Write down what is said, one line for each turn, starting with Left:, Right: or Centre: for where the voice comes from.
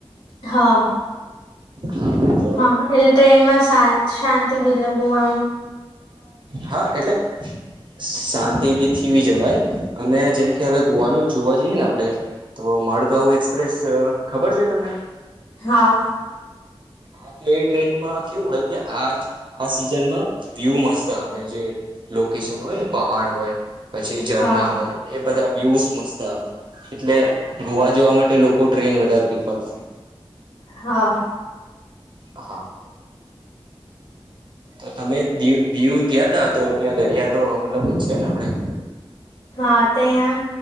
Left: હા
Right: હા તો
Left: હા એટલે ટ્રેનમાં શા શાંતિ બી એટલે બો એમ
Right: હા એટલે શાંતિ બી થીવી જવાય અને જેમ કે હવે ગોવાનું જોવા જઈએ ને આપણે તો મડગાઉ એક્સપ્રેસ ખબર છે તમને
Left: હા
Right: હા તો એ ટ્રેનમાં કેવું હોય કે આ આ સીઝનમાં વ્યુ મસ્ત આવે જે લોકેશન હોય ને પહાડ હોય પછી ઝરના
Left: હા
Right: હોય એ બધા યુઝ મસ્ત આવે એટલે ગોવા જવા માટે લોકો ટ્રેન વધારે પ્રિફર કરે
Left: હા
Right: હા તો તમે દ દીવ ગયા ત તો ત્યાં દરિયા તો મતલબ છે ને આપણેે
Left: હા ત્યાં